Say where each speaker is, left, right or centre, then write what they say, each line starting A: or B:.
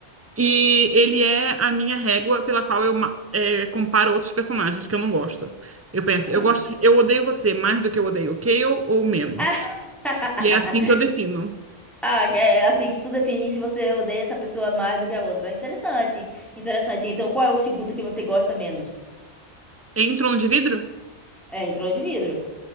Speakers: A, on the right; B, in the centre.
A: E ele é a minha régua pela qual eu ma- é, comparo outros personagens que eu não gosto. Eu penso,
B: Hum.
A: eu gosto, eu odeio você mais do que eu odeio o Cale ou menos.
B: <laughs>
A: E é assim que eu defino.
B: Ah, é assim que se tu definir se você odeia essa pessoa mais do que a outra. Interessante, interessante. Então, qual é o segundo que você gosta menos?
A: Em Trono de Vidro?
B: É, entrou de vidro.